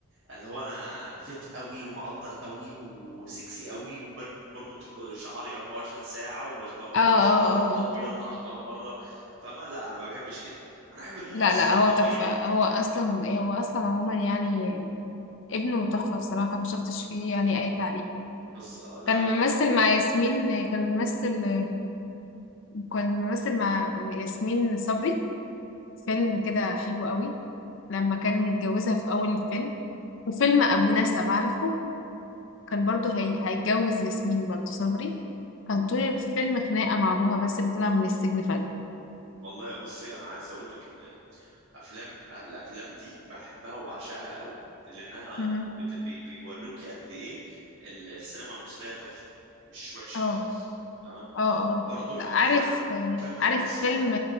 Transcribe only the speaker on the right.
اللي هو انا فت قوي ومعضل قوي وسكسي قوي وبربط شعري 24 ساعه وببقى
اشقر
ابيض احمر مره فاهمه لا انا ما بحبش كده انا احب الممثل
الطبيعي
بز... لا
والله
والله بصي انا عايز اقول لك ان افلام الافلام دي بحبها وبعشقها قوي لانها
بت... بي... بيوروكي قد ايه ال- السينما المصريه تحفه مش وحشه
خالص فاهمه
برضو من
الافلام كابتن
مصر